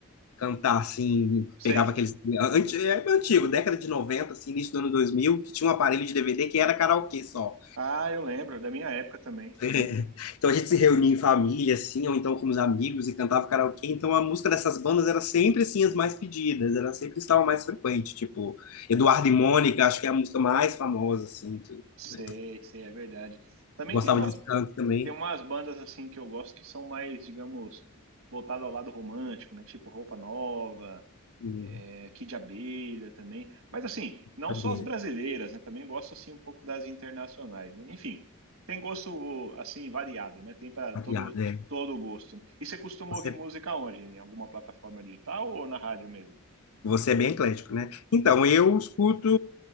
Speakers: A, on the left; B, on the right.
A: Cantar, assim,
B: Sei.
A: pegava aqueles... anti- É antigo, década de 90 assim, início do ano 2000 que tinha um aparelho de DVD que era karaokê só.
B: Ah, eu lembro, da minha época também,
A: <laughs>
B: sim.
A: É. Então a gente se reunia em família, assim, ou então com os amigos e cantava karaokê. Então a música dessas bandas era sempre, assim, as mais pedidas, era sempre estava mais frequente. Tipo, Eduardo e Mônica, acho que é a música mais famosa, assim. tu-
B: Sei,
A: né?
B: sei, é verdade. Também
A: Gostava
B: tem uma
A: de canto também.
B: Tem umas bandas assim que eu gosto que são mais, digamos, voltadas ao lado romântico, né? Tipo Roupa Nova,
A: Hum,
B: é, Kid Abelha também. Mas assim, não
A: Sabia,
B: só as brasileiras, né? Também gosto assim um pouco das internacionais, né? Enfim, tem gosto assim variado, né? Tem para
A: variado,
B: todo
A: é.
B: todo gosto. E você costuma
A: Você,
B: ouvir música onde? Em alguma plataforma digital ou na rádio mesmo?
A: você é bem eclético, né? Então, eu escuto